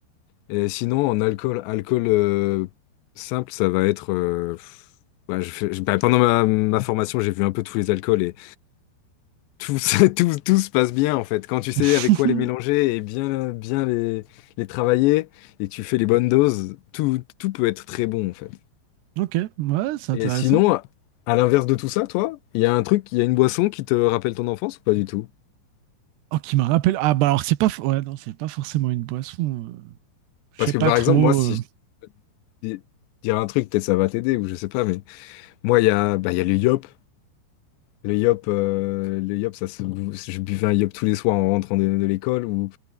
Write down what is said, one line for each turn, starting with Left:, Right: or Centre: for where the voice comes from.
Left: Et sinon, en alcool, alcool euh, simple, ça va être. euh, pff, ouais, je fais- je- bah, pendant ma, ma formation, j'ai vu un peu tous les alcools et tout, ça- <laughs> tout, tout se passe bien en fait. Quand tu sais
Right: <laughs>
Left: avec quoi les mélanger et bien, bien les, les travailler et que tu fais les bonnes doses, tout, tout peut être très bon en fait.
Right: Ok, ouais, c'est intéressant.
Left: Et sinon, à l'inverse de tout ça, toi, il y a un truc, il y a une boisson qui te rappelle ton enfance ou pas du tout?
Right: Oh, qui me rappelle. Ah, bah alors, c'est pas. f- Ouais, non, c'est pas forcément une boisson. euh, Je
Left: Parce
Right: sais pas
Left: que par
Right: trop.
Left: exemple, moi, si
Right: euh,
Left: je dis- dire un truc, peut-être ça va t'aider ou je sais pas, mais moi, il y a, bah, il y a le yop. Le yop, euh, le yop, ça se, je buvais un yop tous les soirs en rentrant de, de l'école ou,